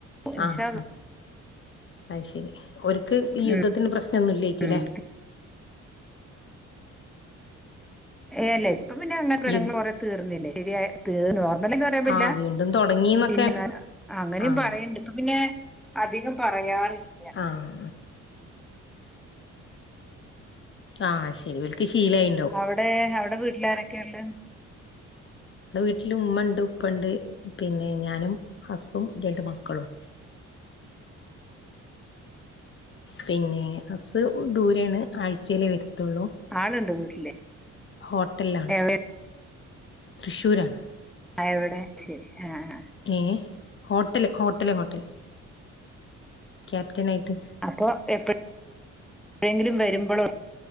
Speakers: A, in the centre; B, on the left.
A: ഇൻഷാ
B: ആഹ
A: അള്ളാ
B: അത് ശരി ഒക്ക് ഈ
A: ഉം
B: യുദ്ധത്തിന് പ്രശ്നമൊന്നും യില്ലായിരിക്കല്ലേ
A: ഉം ഏ അല്ല ഇപ്പ പിന്നെ അങ്ങനെഞങ്ങങ്ങള്റെ
B: യു
A: തീർന്നില്ലേ ശരിയ തീ അങ്ങനറിയപ്പില്ല
B: ആഹ് വീണ്ടും തൊടങ്ങീന്നൊക്കെ
A: പിന്നെ അങ്ങനെയും
B: ആഹ്
A: പറയണ്ട് ഇപ്പ പിന്നെ അധികം പറയാറ് ഇല്ല
B: ആഹ ആഹ് ശരി ഓൽക്ക്ശീലയണ്ട്
A: അവിടെ അവിടെ വീട്ടിലാരൊക്കെയുണ്ട്
B: നമ്മടെ വീട്ടില ഉമ്മ ഉണ്ട് ഉപ്പ ഉണ്ട് പിന്നെ ഞാനും ഹസ്സും രണ്ട് മക്കളും പിന്നെ അസ് ദൂരാണ് ആഴ്ചയിലേ വരത്തുള്ളൂ
A: ആളുണ്ട് വീട്ടില്
B: ഹോട്ടലിലാണ്
A: എവിടെണ്
B: തൃശ്ശൂരാണ്
A: ആവിടെ ശരി ആ ഹ
B: ഏ ഹോട്ടല് ഹോട്ടല് ഹോട്ടല് ക്യാപ്റ്റന ആയിട്ട്
A: അപ്പോൾ എപ്പ എഴെങ്കിലും വരുമ്പോൾ